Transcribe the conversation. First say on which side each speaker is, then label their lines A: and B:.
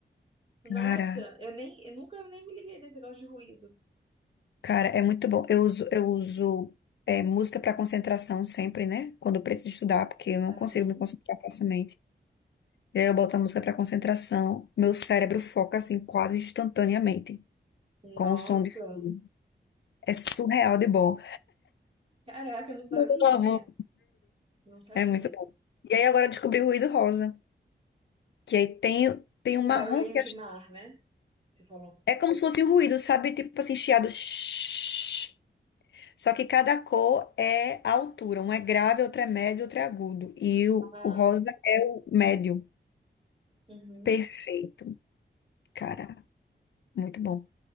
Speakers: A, on the right (about 30°); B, on the left (about 75°).
A: Nossa,
B: Cara,
A: eu nem, eu nunca nem me liguei nesse negócio de ruído.
B: cara, é muito bom. Eu uso, eu uso é, música para concentração sempre, né? Quando eu preciso estudar, porque eu não
A: Aham.
B: consigo me concentrar facilmente. E aí eu boto a música para concentração, meu cérebro foca assim quase instantaneamente,
A: Nossa.
B: com o som de fundo. É surreal de bom.
A: Caraca, eu não sabia
B: Eu amo.
A: disso. Não sabia.
B: É muito bom. E aí agora eu descobri o ruído rosa, que aí tem, tem
A: Tipo
B: um marrom
A: barulhinho
B: que
A: de
B: é
A: mar, né? Você falou.
B: é como se fosse um ruído, sabe? Tipo assim, chiado. shhh. Só que cada cor é a altura. Um é grave, outro é médio, outro é agudo. E o,
A: Ah,
B: o rosa é o médio.
A: uhum.
B: Perfeito. Cara, muito bom.